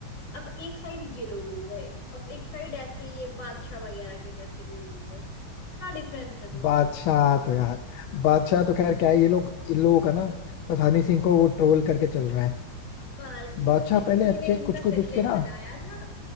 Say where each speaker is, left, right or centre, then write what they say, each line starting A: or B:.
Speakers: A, on the left (about 55°); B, on the left (about 80°).
A: अब एक साइड ये लोग हो गए अब एक साइड ऐसे ये बादशाह वगैरह के जैसे लोग हो गए इतना डिफरेंस है दोनों
B: बादशाह तो यार बादशाह तो खैर क्या है ये लोग इन लोगों का ना बस हनी सिंह को वो ट्रोल करके चल रहा है
A: बस
B: बादशाह
A: उसी
B: पहले
A: उसी
B: अच्छे
A: ने इनका
B: कुछ कुछ
A: करियर
B: उसके ना
A: बनाया था